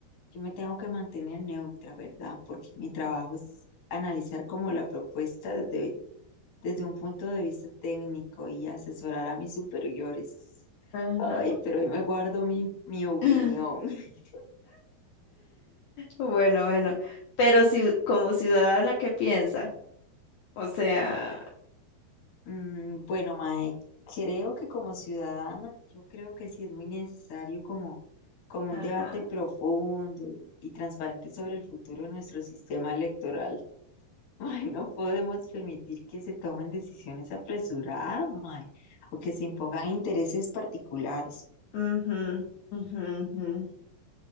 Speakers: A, on the left; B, on the left.
A: yo me tengo que mantener neutra, ¿verdad? Porque mi trabajo es analizar como la propuesta desde, desde un punto de vista técnico y asesorar a mis superiores.
B: Ajá.
A: Ay, pero hoy me guardo mi, mi opinión.
B: <laughs>
A: <laughs>
B: Bueno, bueno, pero si como ciudadana, ¿qué piensa? O sea,
A: Mm, bueno, mae, creo que como ciudadana, yo creo que sí es muy necesario como, como
B: ajá.
A: un debate profundo y transparente sobre el futuro de nuestro sistema electoral. <laughs> Ay, no podemos permitir que se tomen decisiones apresuradas, mae, o que se impongan intereses particulares.
B: ujú, ujú, ujú.